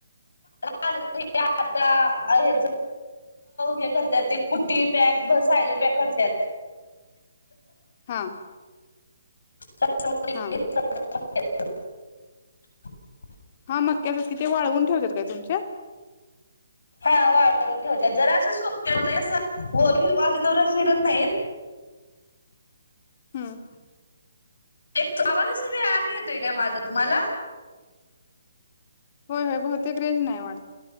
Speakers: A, on the left; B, on the left.
A: आहे <unintelligible> हे करतात ते कुट्टी बॅग ब सायलेट बॅग करतात.
B: हा.
A: <unintelligible>
B: हा
A: <unintelligible>
B: हा मक्क अस आहेत कि ते वाळवून ठेवतात काय तुमच्या.
A: हा वाढवून ठेवच्या जरा असं सोपत असं गल हिरवा ज फिरत नाही.
B: हम्म.
A: एक आवाजचा वेळ आला येतोय का माझा तुम्हाला.
B: होय होय बहुते रेंज नाही वाटते.